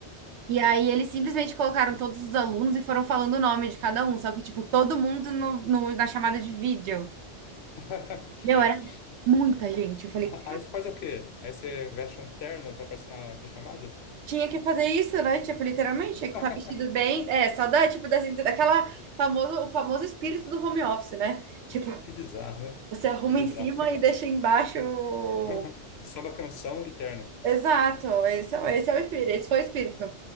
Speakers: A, on the right; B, on the left.
A: E aí eles simplesmente colocaram todos os alunos e foram falando o nome de cada um, só que, tipo, todo mundo no, no- na chamada de vídeo.
B: <laughs> Chato.
A: Meu, era muita gente. Eu falei,
B: Aí você faz o quê? Aí você veste um terno pra aparecer na videochamada?
A: tinha que fazer isso, né? Tipo, literalmente,
B: <laughs>
A: tinha que estar vestido bem. É, só da, tipo, da, daquela famoso, o famoso espírito do home office, né? Tipo,
B: Que bizarro, né?
A: você arruma
B: Que bizarro.
A: em cima e deixa embaixo o-
B: <laughs> Samba canção e terno.
A: Exato, esse é, o- esse é o espírito, esse foi o espírito.